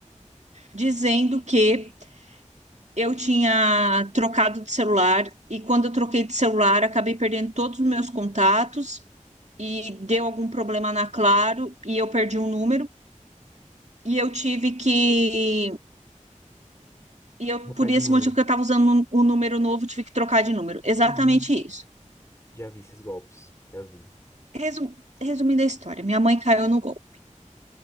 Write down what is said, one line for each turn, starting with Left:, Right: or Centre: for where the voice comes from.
Right: dizendo que eu tinha trocado de celular, e quando eu troquei de celular, acabei perdendo todos os meus contatos, e deu algum problema na Claro, e eu perdi um número. E eu tive que. E eu,
Left: Vou colocar
Right: por
Left: de
Right: esse
Left: número.
Right: motivo que eu estava usando um, um número novo, tive que trocar de número. Exatamente
Left: Uhum.
Right: isso.
Left: Já vi esses golpes, já vi.
Right: Resu- resumindo a história, minha mãe caiu no gol